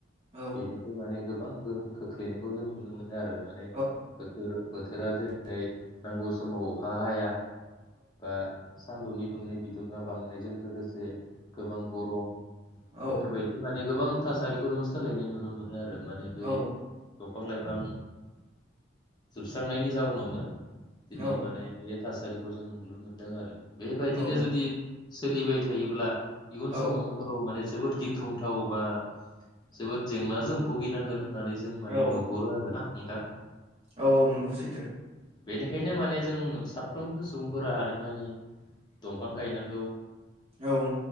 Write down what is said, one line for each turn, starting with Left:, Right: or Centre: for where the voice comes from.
Right: औ
Left: बेनिफ्राय माने गोबां गोहोम खोख्लैनायखौ जों नुनो मोनो आरो माने
Right: औ
Left: बेफोर बो थोरा जेरै जोइ नांगौ समाव अखा हाया बा सान्दुंनि दुंनाय बिदुङा बांनायजों लोगोसे गोबां गरम
Right: औ
Left: बेफोरबायदि माने गोबां थासारिखौ जों सोलायनाय नुनो मोनो आरो माने बे
Right: औ
Left: दंफां लाइफां जोबस्रांनायनि जाउनावनो हो दिनै
Right: औ
Left: माने बे थासारिखौ जों नुनो मोनदों आरो बेबायदिनो
Right: औ नंगौ
Left: जुदि सोलिबाय थायोब्ला इउन
Right: औ
Left: स'म' फोराव मने जोबोद गिख्रंथाव बा जोबोद जेंनाजों भुगिनांगोन होननानै जों माने
Right: औ
Left: नुहरो आरो ना नोंथां
Right: औ औ नंगौ सैथो
Left: बेनिखायनो माने जों साफ्रोमबो सुबुंफोरा हानायमानि दंफां गायनांगौ
Right: औ